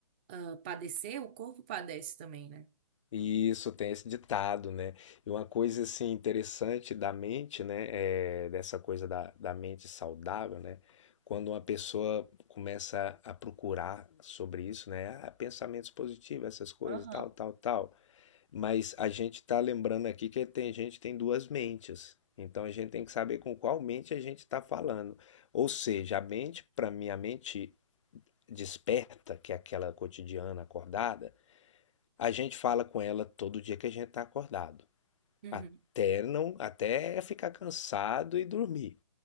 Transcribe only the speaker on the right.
ah, padecer, o corpo padece também, né?
Aham,
Uhum.